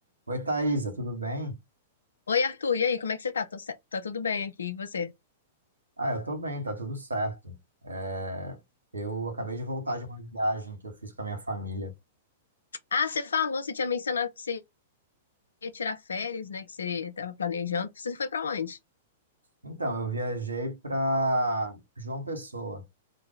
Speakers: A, on the right; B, on the left.
A: Oi, Thaisa, tudo bem?
B: Oi, Arthur, e aí, como é que você tá? Tô ce- tá tudo bem aqui, e você?
A: Ah, eu tô bem, tá tudo certo. É, eu acabei de voltar de uma viagem que eu fiz com a minha família.
B: Ah, você falou, você tinha mencionado que você ia tirar férias, né? Que você tava planejando. Você foi pra onde?
A: Então, eu viajei para João Pessoa.